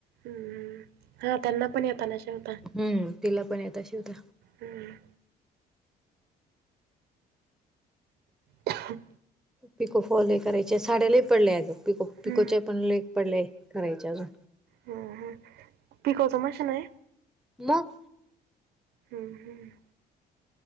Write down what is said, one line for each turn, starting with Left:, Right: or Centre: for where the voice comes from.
Right: हम् हा त्यांना पण येताल शिवता
Centre: हम्म तिला पण येत शिवता
Right: हम्म. ह
Centre: पिको फॉल हे करायचे साड्या लय पडल्या पिको पिकोच्या
Right: हम्म.
Centre: पण लय पडलेय करायचे अजून
Right: हम्म हम्म पिकोचं मशीन हाय.
Centre: म
Right: हम्म हम्म.